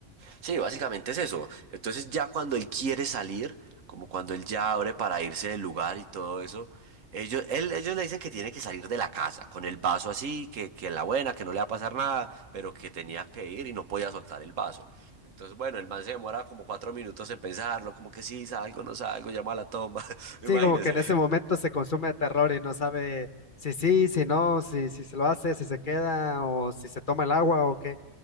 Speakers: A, on the right; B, on the left.
A: Sí, básicamente es eso. Entonces ya cuando él quiere salir, como cuando él ya abre para irse del lugar y todo eso, ellos, él, ellos le dicen que tiene que salir de la casa, con el vaso así, que, que la buena, que no le va a pasar nada, pero que tenía que ir y no podía soltar el vaso. Entonces, bueno, el man se demora como cuatro minutos en pensarlo, como que sí, salgo, no salgo, llama a la tomba, <laughs> imagínese.
B: Sí, como que en ese momento se consume de terror y no sabe si sí, si no, si, si se lo hace, si se queda o si se toma el agua o qué.